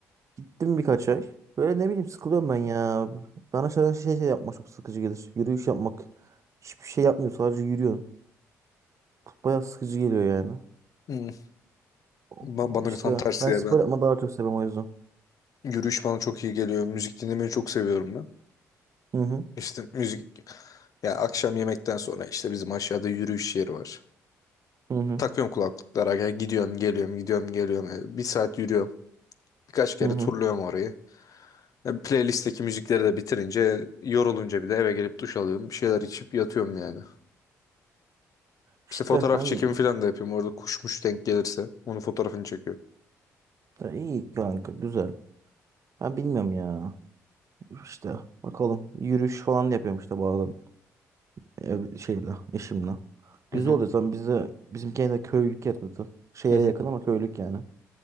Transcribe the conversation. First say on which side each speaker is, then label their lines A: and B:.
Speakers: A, on the right; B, on the left.
A: Gittim birkaç ay. Böyle ne bileyim sıkılıyorum ben ya. Bana şöyle şey, şey yapmak çok sıkıcı gelir. Yürüyüş yapmak. Hiçbir şey yapmıyorsun sadece yürüyorsun. Bayağı sıkıcı geliyor yani.
B: Hı.
A: O-
B: Ben, bana
A: İşte
B: tam tersi
A: ben
B: ya
A: spor
B: ben.
A: yapma daha çok seviyorum o yüzden.
B: Yürüyüş bana çok iyi geliyor. Müzik dinlemeyi çok seviyorum ben.
A: Hı hı.
B: İşte müzik ya akşam yemekten sonra işte bizim aşağıda yürüyüş yeri var.
A: Hı hı.
B: Takıyorum kulaklıklara ya gidiyorum geliyorum gidiyorum geliyorum. E, Bir saat yürüyorum. Birkaç kere
A: Hı hı.
B: turluyorum orayı. E, Playlist'teki müzikleri de bitirince yorulunca bir de eve gelip duş alıyorum. Bir şeyler içip yatıyorum yani.
A: İşte
B: İşte fotoğraf
A: ben
B: çekimi falan da yapıyorum. Orada kuşmuş denk gelirse onun fotoğrafını çekiyorum.
A: Ya iyi kanka güzel. Ben bilmiyorum ya. İşte bakalım yürüyüş falan da yapıyorum işte bazen ev şeyle eşimle.
B: Hı
A: Güzel
B: hı.
A: oluyor zaten bize bizim kendi köylük yerde şehre
B: Hı hı.
A: yakın ama köylük yani.